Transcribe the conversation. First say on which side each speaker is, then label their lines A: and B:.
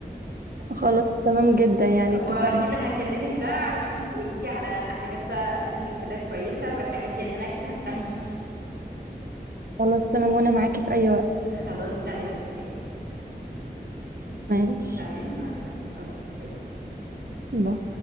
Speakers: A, on the right; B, on the right.
A: خلاص تمام جدا يعني اتفقنا
B: واكيد هكلمك بقى علشان تقولي لي على حاجات بقى اسامي اوتيلات كويسه والحاجات دي يعني انا اكيد هستعين بيكي
A: خلاص تمام وأنا معاكي في أي وقت
B: <laughs> خلاص تمام اوكي
A: ماشي
B: تمام مع السلامه اوكي باي
A: باي.